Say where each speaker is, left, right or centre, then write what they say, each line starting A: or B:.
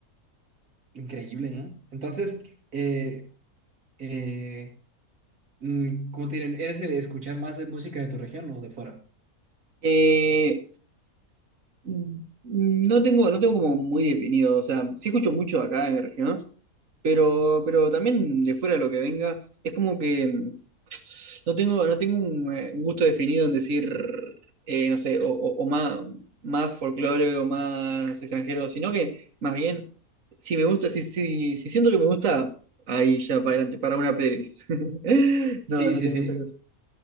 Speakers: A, on the right; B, on the right.
A: increíble, ¿no? Entonces, eh, eh, mm, ¿cómo te diré? ¿Eres de escuchar más de música de tu región o de fuera?
B: Eh, mm, no tengo, no tengo como muy definido, o sea, sí escucho mucho acá en mi región, Pero, pero también de fuera lo que venga, es como que mm, no tengo, no tengo un, eh, un gusto definido en decir, eh, no sé, o, o- o más, más folclore o más extranjero, sino que más bien, si me gusta, si, si, si siento que me gusta, ahí ya para adelante, para una playlist. <laughs> No,
A: Sí,
B: no
A: sí,
B: tengo
A: sí.
B: mucha cosa.